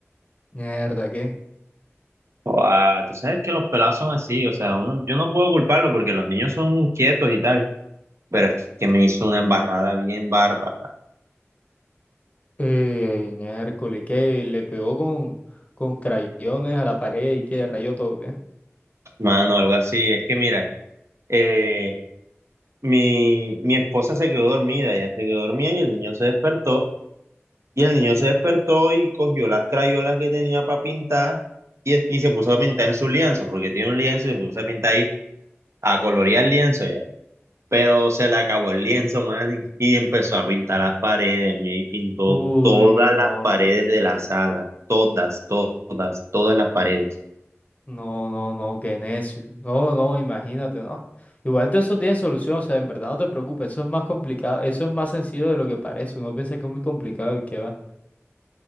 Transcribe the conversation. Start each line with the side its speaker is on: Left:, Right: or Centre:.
Left: Mierda, ¿qué?
Right: Oh, ah, tú sabes que los pelados son así, o sea, uno, yo no puedo culparlo porque los niños son inquietos y tal, pero es que me hizo una embarrada bien bárbara,
Left: Eh, en Hércules, que le pegó con, con crayones a la pared y que rayó todo, ¿qué?
Right: mano, algo así. Es que mira, eh, mi, mi esposa se quedó dormida, ella se quedó dormida y el niño se despertó. Y el niño se despertó y cogió las crayolas que tenía para pintar y, es- y se puso a pintar en su lienzo, porque tiene un lienzo y se puso a pintar ahí, a colorear el lienzo ya. Pero se le acabó el lienzo, man, y y empezó a pintar las paredes, me pintó
Left: Uy,
Right: todas
Left: no,
Right: las paredes de la sala, todas, to- todas, todas las paredes.
Left: no, no, no, qué necio. No, no, imagínate, no. Igual todo eso tiene solución, o sea, en verdad no te preocupes, eso es más complicado, eso es más sencillo de lo que parece. Uno piensa que es muy complicado y que va.